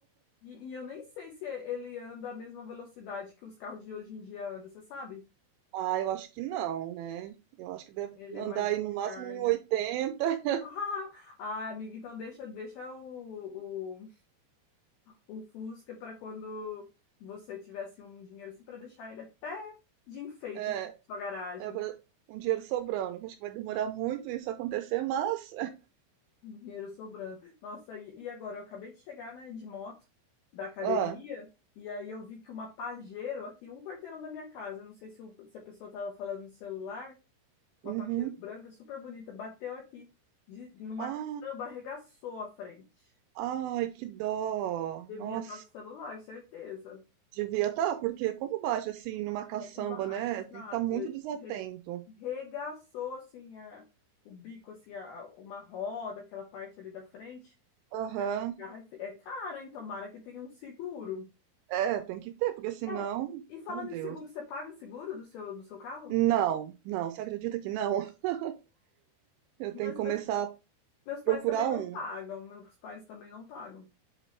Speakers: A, on the left; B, on the right.
A: E, e eu nem sei se ele anda à mesma velocidade que os carros de hoje em dia andam, você sabe?
B: Ah, eu acho que não, né? Eu acho que deve
A: Ele
B: andar
A: é mais devagar,
B: aí no máximo em
A: né?
B: oitenta,
A: <laughs> Ah, amiga, então deixa, deixa o, o Fusca para quando você tivesse um dinheiro assim para deixar ele até de enfeite
B: É,
A: assim, na sua garagem,
B: é pra um dinheiro sobrando. que Acho que vai demorar muito isso acontecer, mas.
A: um dinheiro sobrando. Nossa, e, e agora eu acabei de chegar, né, de moto da academia
B: Ah,
A: e aí eu vi que uma Pajero aqui um quarteirão da minha casa, eu não sei se, o- se a pessoa estava falando no celular, uma
B: uhum.
A: Pajero branca super bonita bateu aqui de, numa
B: Ah,
A: caçamba, arregaçou a frente.
B: ai, que dó.
A: Devia
B: Nossa.
A: estar no celular, certeza.
B: Devia tá, porque como bate assim numa caçamba,
A: Como bate,
B: né?
A: exato.
B: Tem que estar muito desatento.
A: Re- Regaçou, assim, a, o bico, assim, a, a- uma roda, aquela parte ali da frente.
B: Aham.
A: E a garra É fe- é cara, hein? Tomara que tenha um seguro.
B: É, tem que ter, porque senão,
A: É, e falando
B: meu Deus.
A: em seguro, você paga seguro do seu, do seu carro?
B: Não, não, você acredita que não? <laughs> Eu
A: Mas
B: tenho que começar
A: meus,
B: a
A: meus pais
B: procurar
A: também não
B: um.
A: pagam, meus pais também não pagam.